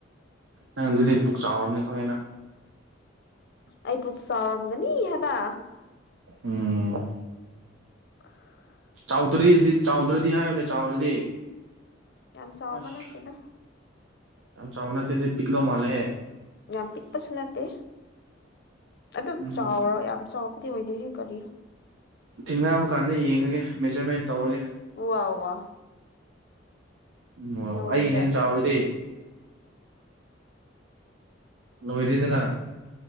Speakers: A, on the right; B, on the left.
A: ꯅꯪ ꯑꯗꯨꯗꯤ ꯄꯨꯛ ꯆꯥꯎꯔꯝꯅꯤ ꯈꯪꯉꯦꯅꯪ
B: ꯑꯩ ꯄꯨꯛ ꯆꯥꯎꯔꯝꯒꯅꯤ ꯍꯥꯏꯕ
A: ꯎꯝ
B: <unintelligible> <inaudible>
A: ꯆꯥꯎꯗ꯭ꯔꯗꯤꯗꯤ ꯆꯥꯎꯗ꯭ꯔꯗꯤ ꯍꯥꯏꯌꯣꯅꯦ ꯆꯥꯎꯔꯗꯤ
B: ꯌꯥꯝ ꯆꯥꯎꯕ
A: ꯑꯁ
B: ꯅꯠꯇꯦꯗ
A: ꯌꯥꯝ ꯆꯥꯎꯕ ꯅꯠꯇꯔꯗꯤ ꯄꯤꯛꯄ ꯃꯥꯜꯂꯦ
B: ꯌꯥꯝ ꯄꯤꯛꯄꯁꯨ ꯅꯠꯇꯦ ꯑꯗꯨ
A: ꯎꯝ
B: ꯆꯥꯎꯔ ꯌꯥꯝ ꯆꯥꯎꯕꯗꯤ ꯑꯣꯏꯗꯦꯍ‌ꯦ ꯀꯔꯤ
A: ꯊꯦꯡꯅꯕ ꯀꯥꯟꯗ ꯌꯦꯡꯉꯒꯦ ꯃꯦꯖꯔꯃꯦꯟ ꯇꯧꯔꯒꯦ
B: ꯋꯥ ꯋꯥ
A: ꯎꯝ ꯑꯣ
B: ꯅꯉ‌ꯣꯟꯗꯩ
A: ꯑꯩꯒꯤꯅ ꯍꯦꯟꯅ ꯆꯥꯎꯔꯗꯤ ꯂꯣꯏꯔ‌ꯦꯗꯅ